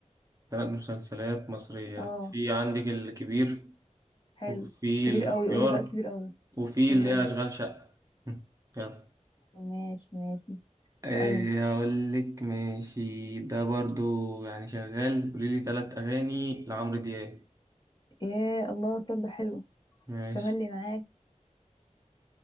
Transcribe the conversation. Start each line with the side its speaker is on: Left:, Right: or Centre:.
Right: تلات مسلسلات مصرية
Left: اه
Right: في عندك الكبير
Left: حلو
Right: وفي
Left: كبير
Right: الاختيار
Left: قوي قولي بقى كبير قوي
Right: وفي
Left: تمام
Right: اللي هي أشغال شقة مم. يلا
Left: ماشي ماشي
Right: إيه
Left: اسألني
Right: أقول لك ماشي ده برضو يعني شغال قولي لي تلات أغاني لعمرو دياب
Left: يا الله سبة حلو
Right: ماشي
Left: تملي معاك